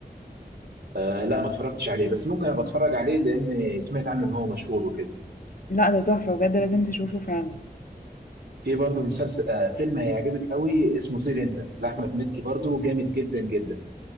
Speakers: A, on the right; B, on the left.
A: آه لا ما اتفرجتش عليه بس ممكن ابقى اتفرج عليه لان سمعت عنه ان هو مشهور وكده
B: لا ده تحفة بجد لازم تشوفه فعلا
A: في برضه مسلسل آه فيلم هيعجبك قوي اسمه طير انت لاحمد مكي برضه جامد جدا جدا